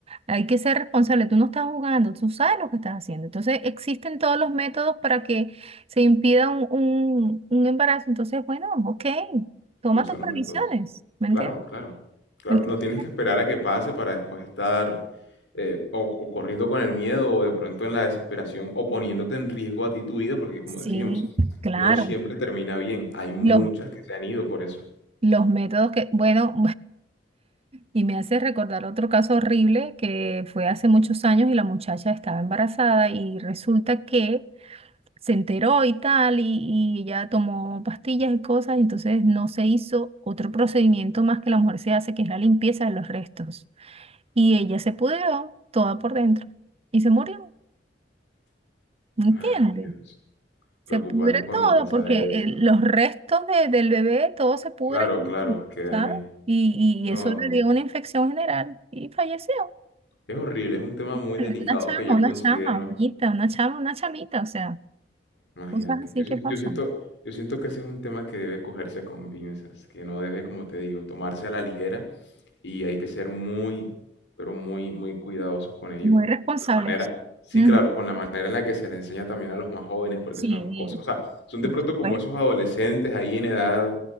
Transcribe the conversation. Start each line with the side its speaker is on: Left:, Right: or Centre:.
Right: Hay que ser responsable. Tú no estás jugando, tú sabes lo que estás haciendo. Entonces, existen todos los métodos para que se impida un, un, un embarazo. Entonces, bueno, ok, toma
Left: Usa
Right: tus
Left: los
Right: previsiones,
Left: métodos.
Right: ¿me
Left: Claro,
Right: entiendes?
Left: claro. Claro,
Right: Entonces,
Left: no tienes que esperar a que pase para después estar eh, o, o corriendo con el miedo o de pronto en la desesperación o poniéndote en riesgo a ti tu vida, porque como
Right: sí,
Left: decíamos,
Right: claro.
Left: no siempre termina bien. Hay muchas
Right: Los,
Left: que se han ido por eso.
Right: los métodos que, bueno, Y me hace recordar otro caso horrible que fue hace muchos años y la muchacha estaba embarazada y resulta que se enteró y tal y, y ella tomó pastillas y cosas, entonces no se hizo otro procedimiento más que la mujer se hace, que es la limpieza de los restos. Y ella se pudrió toda por dentro y se murió, ¿me
Left: Ay,
Right: entiende?
Left: Dios. Preocupante
Right: Se pudre
Left: cuando
Right: todo
Left: pasa
Right: porque
Left: eso.
Right: eh, los restos de- del bebé, todo se pudre,
Left: Claro, claro, quedan
Right: ¿sabes?
Left: ahí.
Right: Y,
Left: No,
Right: y eso le dio una infección general y falleció.
Left: es horrible, es un tema muy
Right: Pero
Left: delicado
Right: Una chama,
Left: que yo
Right: una
Left: considero.
Right: chama, bonita, una chama, una chamita, o sea,
Left: Imagínate,
Right: cosas así
Left: yo siento,
Right: que pasan.
Left: yo siento, yo siento que ese es un tema que debe cogerse con pinzas, que no debe, como te digo, tomarse a la ligera y hay que ser muy, pero muy, muy cuidadosos con ello,
Right: Muy responsables.
Left: con la manera, sí,
Right: Ujú,
Left: claro, con la manera en la que se le enseña también a los más jóvenes, porque
Right: Sí,
Left: son los, co- o sea, son de
Right: por
Left: pronto
Right: supuesto.
Left: como esos adolescentes ahí en edad